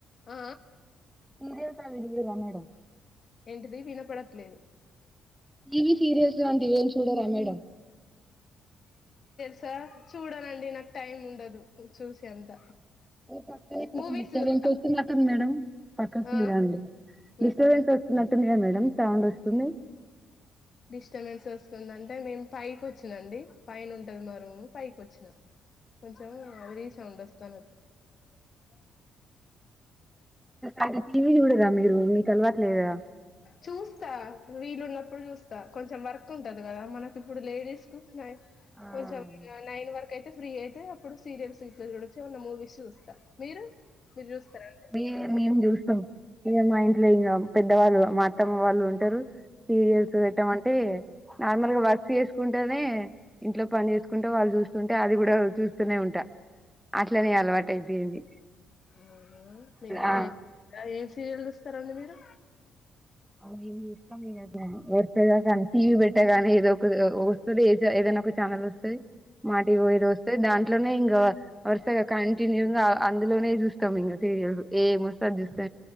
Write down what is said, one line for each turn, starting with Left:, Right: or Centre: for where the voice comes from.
Left: ఆ
Centre: సీరియల్స్ అవి చూడరా మేడం
Left: ఎంటిది వినపడట్లేదు
Centre: టీవి సీరియల్స్ లాంటివి ఏం చూడరా మేడం
Left: సా చూడనండి నాకు టైమ్ ఉండదు చూసే అంత
Centre: <unintelligible>
Left: మూవీస్ చూస్తా
Centre: మేడం పక్కకెయి
Left: ఆ
Centre: రండి డిస్టర్బెన్స్
Left: ఉ
Centre: వస్తున్నట్టుందిగా మేడం సౌండ్ వస్తుంది
Left: డిస్టర్బెన్స్ వస్తుందింటే మేము పైకి వచ్చినండి పైన ఉంటది మ రూమ్ పైకి వచ్చినా కొంచం <unintelligible>
Centre: అంటే టీవీ చూడరా మీరు మీకు అలవాటు లేదా
Left: చూస్తా వీలు ఉన్నప్పుడు చూస్తా కొంచెం వర్క్ ఉంటది కదా మనకి ఇప్పుడు లేడీస్ కు
Centre: ఆ!
Left: కొంచెం నైన్ వరకు అయితే ఫ్రీ అయితే అప్పుడు సీరియల్స్ గిట్ల చూడొచ్చు ఏమన్న మూవీస్ చూస్తా మీరు మీరు చూస్తారా అండి
Centre: టీవీ మేము చూస్తాం ఇక మా ఇంట్లో ఇంకా పెద్దవాళ్ళు మా అత్తమ్మ వాళ్ళు ఉంటారు సీరియల్స్ పెట్టమంటే నార్మల్గా వర్క్ చేసుకుంటనే ఇంట్లో పని చేసుకుంటే వాళ్ళు చూస్తుంటే అది కూడా చూస్తనే ఉంటా అట్లనే అలవాటు అయిపోయింది
Left: అవునా మీ అత్తయా
Centre: ఆ
Left: ఏం సీరియల్ చూస్తారండి మీరు
Centre: <unintelligible> వస్తాది టీవీ పెట్టాగానీ ఏదో ఒక వస్తుంది ఏదనా ఒక <unintelligible> వస్తాది మా టీవీ ఏదో ఓస్తాది ఇట్లోనే ఇంకా వరుసగా కంటిన్యూ గా అందులోనే చూస్తాం ఇంకా సీరియల్స్ ఏం వస్తె అవి చూస్తా